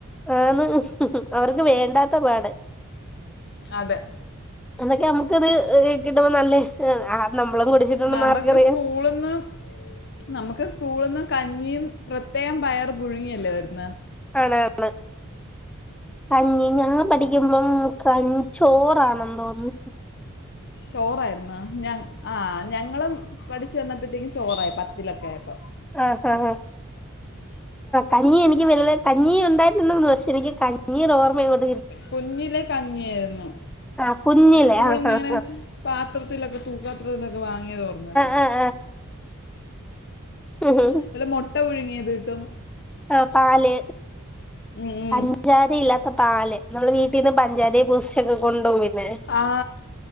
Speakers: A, in the centre; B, on the left (about 50°).
A: ആന്ന് അവർക്ക് വേണ്ടാത്ത പാട്
B: അതെ
A: എന്തൊക്കെ നമുക്ക് ക് ത് കിട്ടുമ്പോ നല്ലേ നമ്മളും കുടിച്ചിട്ടുണ്ടോന്ന്
B: നമുക്ക്
A: ആർക്ക് അറിയാം
B: <unintelligible> നമുക്ക് സ്കൂള് ന്ന് കഞ്ഞിയും പ്രത്യേകം പയർ പുഴുങ്ങിയല്ലേ തരുന്നേ
A: പൈനാപ്പിള് കഞ്ഞി ഞാൻ പഠിക്കുമ്പം ക ചോറാണന്ന് തോന്ന്ണ്
B: ചോറായിരുന്നാ ഞ ആ ഞങ്ങളും പഠിച്ചു വന്നപ്പഴ് ത്തേക്കും ചോറായി പത്തിലൊക്കെ ആയപ്പോ
A: ആ, ഹ ഹാ കഞ്ഞി എനിക്ക് വല്യ കഞ്ഞി ഉണ്ടായിരുന്നുന്ന് പക്ഷെ എനിക്ക് കഞ്ഞീ യുടെ ഓർമ്മട
B: കുഞ്ഞിലെ കഞ്ഞിയായിരുന്നു
A: ആഹ് കുഞ്ഞിലെ
B: സ്കൂള്
A: ആഹ്
B: ന്നിങ്ങനെ
A: ആഹ്
B: പാത്രത്തിലൊക്കെ തൂക്കാത്രത്തിലൊക്കെ വാങ്ങിയ തോർമ്മയുണ്ട്
A: ആഹ് ഉം ഉം
B: നല്ല മൊട്ട പുഴുങ്ങിയത് കിട്ടും
A: ആ പാല്
B: ഉം, ഉം.
A: പഞ്ചാര ഇല്ലാത്ത പാല് നമ്മൾ വീട്ടീന്ന് പഞ്ചാരയെ ബൂസ്റ്റൊക്കെ കൊണ്ടു പോകും പിന്നെ
B: ആ